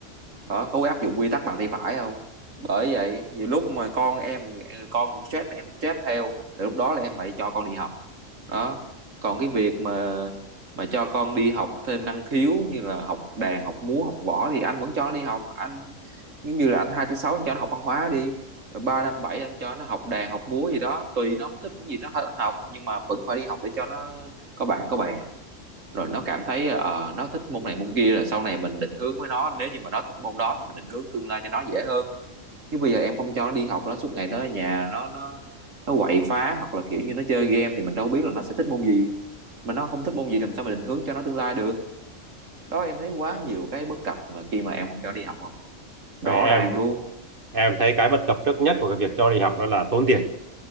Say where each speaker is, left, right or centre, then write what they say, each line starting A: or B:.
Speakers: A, on the right; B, on the right.
A: đó có áp dụng quy tắc bằng tay phải không bởi vậy nhiều lúc mà con em con cũng stress mẹ cũng stress theo thì lúc đó là em phải cho con đi học đó còn cái việc mà mà cho con đi học thêm năng khiếu như là học đàn học múa học võ thì anh vẫn cho nó đi học anh giống như là anh hai thứ sáu anh cho nó học văn hóa đi rồi ba năm bảy anh cho nó học đàn học múa gì đó tùy nó thích cái gì nó học nhưng mà vẫn phải đi học để cho nó có bạn có bè rồi nó cảm thấy ờ, nó thích môn này môn kia rồi sau này mình định hướng với nó nếu như mà nó thích môn đó thì mình định hướng tương lai cho nó dễ hơn chứ bây giờ em không cho nó đi học nó suốt ngày nó ở nhà nó nó nó quậy phá hoặc là kiểu như nó chơi game thì mình đâu biết là nó sẽ thích môn gì mà nó không thích môn gì làm sao mà định hướng cho nó tương lai được đó em thấy quá nhiều cái bất cập mà khi mà em không cho nó đi học không
B: Ờ,
A: rõ
B: em
A: ràng luôn
B: em thấy cái bất cập trước nhất của cái việc cho đi học đó là tốn tiền